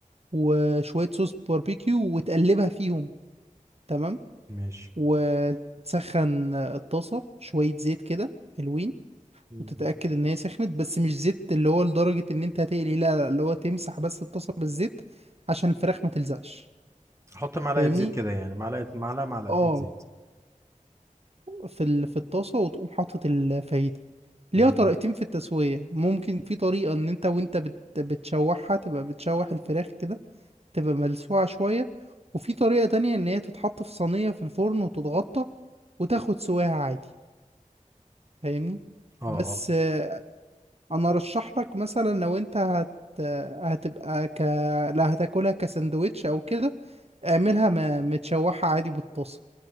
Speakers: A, on the right; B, on the right.
A: وشوية صوص باربيكيو وتقلبها فيهم تمام
B: ماشي
A: وتسخن الطاسة شوية زيت كده حلوين
B: مم.
A: وتتأكد ان هي سخنت بس مش زيت اللي هو لدرجة ان انت هتقلي لا لا، اللي هو تمسح بس الطاسة بالزيت عشان الفراخ ما تلزقش
B: احط معلقه
A: فاهمني
B: زيت كده يعني معلقه معلقه معلقتين
A: اه
B: زيت
A: في ال... في الطاسة وتقوم حاطط الفاهيتا
B: تمام
A: ليها طريقتين في التسوية ممكن في طريقة ان انت وانت بت... بتشوحها تبقى بتشوح الفراخ كده تبقى ملسوعة شوية وفي طريقة تانية ان هي تتحط في صينية في الفرن وتتغطى وتاخد سواها عادي فاهمني
B: اه
A: بس
B: اه
A: آه، انا ارشح لك مثلا لو انت هت هتبقى ك لا هتاكلها كساندوتش او كده اعملها م- متشوحة عادي بالطاسة